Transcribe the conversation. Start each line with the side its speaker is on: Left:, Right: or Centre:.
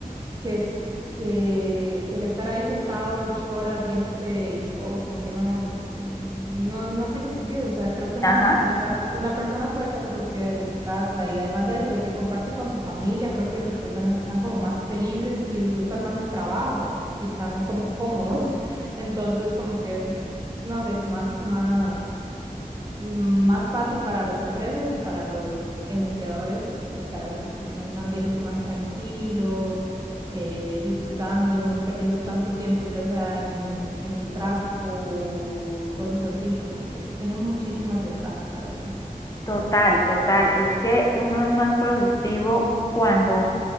Right: que es que, que el estar ahí sentado ocho horas viéndote y todo, como que no, no, no tiene sentido. O sea, creo que una,
Left: Ajá,
Right: igual una persona puede ser productiva desde su casa y además de eso, de que comparte con su familia, creo que las personas están como más felices y disfrutan más su trabajo, si están como cómodos. <laughs> Entonces, como que es, no sé, más, más más fácil para las empresas y para los empleadores estar así como en un ambiente más tranquilo, eh, disfrutando, no perdiendo tanto tiempo, ya sea en, en el tráfico o cosas así, como que tiene muchísimas ventajas, la verdad.
Left: total, total. Es que uno es más productivo cuando